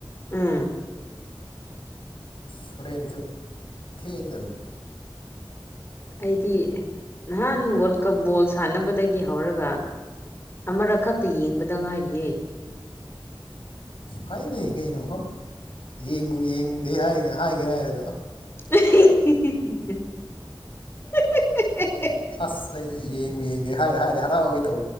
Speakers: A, on the left; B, on the left.
A: ꯎꯝ
B: ꯁꯣꯔꯦꯟꯁꯨ ꯊꯦꯡꯗꯔꯤ
A: ꯑꯩꯗꯤ ꯅꯍꯥꯟ ꯋꯥꯔꯜ ꯀꯞ ꯕꯣꯜ ꯁꯥꯟꯅꯕꯗꯒꯤ ꯍꯧꯔꯒ ꯑꯃꯔꯛ ꯈꯛꯇ ꯌꯦꯡꯕꯗ ꯉꯥꯏꯔꯤꯌꯦ
B: ꯍꯥꯏꯥꯏ ꯅ ꯀꯩꯅ ꯑ ꯌꯦꯡꯕꯨ ꯌꯦꯡꯗꯦ ꯍꯥꯏꯒ ꯍꯥꯏꯒꯦ ꯍꯥꯏꯔꯒ
A: <unintelligible> <unintelligible>
B: ꯑꯁ ꯑꯩ ꯌꯦꯡꯉꯨ ꯌꯦꯡꯗꯦ ꯍꯥꯏꯔꯦ ꯍꯥꯏꯔꯦ ꯍꯔꯥꯎꯑꯣꯒꯩ ꯇꯧ